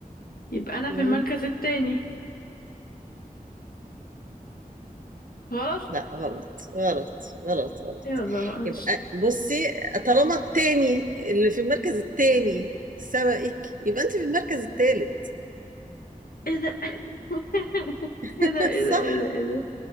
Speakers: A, on the left; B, on the right.
A: يبقى انا
B: مم.
A: في المركز التاني غلط
B: لا غلط غلط غلط غلط
A: يلا معلش
B: يبقى بصي طالما التاني اللي في المركز التاني سبقك يبقى انت في المركز التالت
A: ايه ده <laughs> ايه
B: <laughs>
A: ده ايه ده
B: صح
A: ايه ده ايه ده